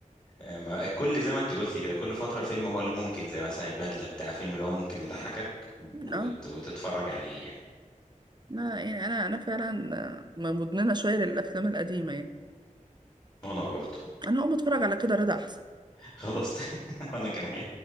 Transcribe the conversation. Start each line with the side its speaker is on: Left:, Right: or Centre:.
Left: ما- كل زي ما انت قلتي كده كل فترة فيلم هو اللي ممكن زي مثلا البدلة بتاع فيلم اللي هو ممكن يضحكك وت...
Right: اه
Left: وتتفرج عليه يعني
Right: لا يعني انا انا فعلا آه، مدمنه شويه للافلام القديمه يعني
Left: وانا برضه
Right: انا اقوم اتفرج على كده رضا احسن
Left: <laughs> خلاص <laughs> وانا كمان